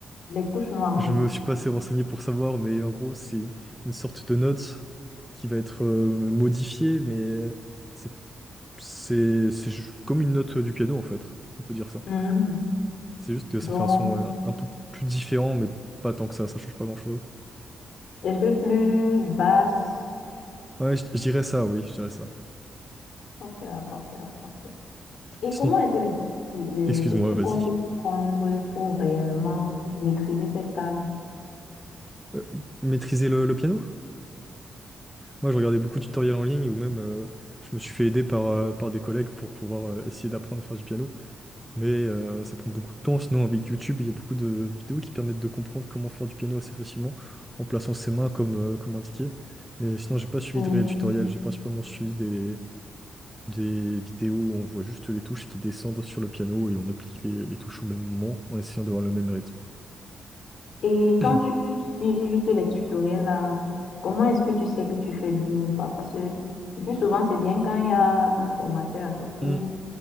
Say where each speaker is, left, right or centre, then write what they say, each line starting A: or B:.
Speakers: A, on the left; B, in the centre.
A: Les touches noires,
B: Je
A: oui.
B: me suis pas assez renseigné pour savoir, mais en gros, c'est une sorte de note qui va être euh, modifiée, mais c'est c'est- c'est ju- comme une note du piano, en fait. On peut dire ça.
A: Mhm.
B: C'est juste que
A: Donc,
B: ça fait un son ouais, un peu plus différent, mais pas tant que ça, ça change pas grand-chose.
A: un peu plus basse.
B: Ouais, je je dirais ça, oui, je dirais ça.
A: Ok, ok, ok. ok. Et
B: Sinon,
A: comment est-ce que les- euh,
B: excuse-moi,
A: tu
B: vas-y.
A: comptes t'y prendre pour réellement maîtriser cette part-là?
B: Euh, maîtriser le, le piano? Moi, je regardais beaucoup de tutoriels en ligne, ou même euh, je me suis fait aider par, euh, par des collègues pour pouvoir euh, essayer d'apprendre à faire du piano. Mais euh, ça prend beaucoup de temps. Sinon, avec YouTube, il y a beaucoup de vidéos qui permettent de comprendre comment faire du piano assez facilement en plaçant ses mains comme, euh, comme indiqué. Mais sinon, j'ai pas suivi
A: Mhm.
B: de réel tutoriel. J'ai principalement suivi des, des vidéos où on voit juste les touches qui descendent sur le piano et on applique les, les touches au même moment en essayant d'avoir le même rythme.
A: Et
B: <clears throat>
A: quand tu suis juste les tutoriels là, comment est-ce que tu sais que tu fais bien ou pas? Parce que le plus souvent, c'est bien quand il y a un formateur à côté.
B: Hmm.